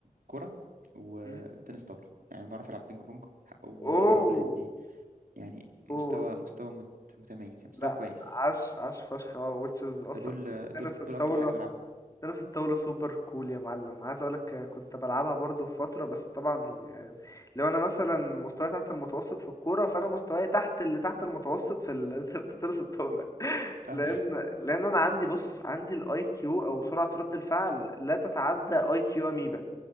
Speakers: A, on the right (about 80°); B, on the left (about 25°).
A: كرة وتنس
B: م?
A: طاولة يعني بعرف العب بينج بونج واقدر
B: اوه
A: اقول اني يعني
B: اوه
A: مستوى مستوى مت- متميز يعني مستوى
B: لا
A: كويس
B: عاش عاش فشخ اه وتشز اصلا
A: فدول
B: تنس
A: دول
B: الطاوله
A: دول اكتر حاجة بلعبها
B: تنس الطاولة سوبر كول يا معلم عايز اقولك كنت بلعبها برضو في فترة بس طبعا آه، لو انا مثلا مستواي تحت المتوسط في الكورة فانا مستواي تحت اللي تحت المتوسط في ال... <laughs> في تنس الطاولة
A: <laughs> آه،
B: لان لان انا عندي بص عندي الاي كيو او سرعة رد الفعل لا تتعدى اي كيو اميبا